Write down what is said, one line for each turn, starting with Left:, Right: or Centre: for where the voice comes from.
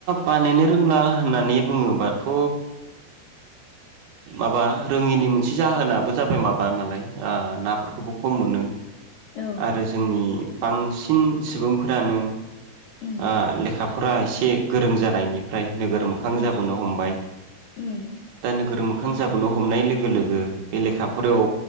Right: बानायनो रोंला होननानै बुङोबाथ' माबा रोङिनि मोनसे जाहोनाबो जाबाय माबा नालाय ओ नाफोरखौबो खम मोनो।
Left: औ
Right: आरो जोंनि बांसिन सुबुंफोरानो
Left: उम
Right: ओ लेखाफोरा एसे गोरों जानायनिफ्राय नोगोर मोखां
Left: औ
Right: जाबोनो हमबाय
Left: उम
Right: दा नों गोर मोखां जाबोनो हमनाय लोगो लोगो बे लेखाफोराव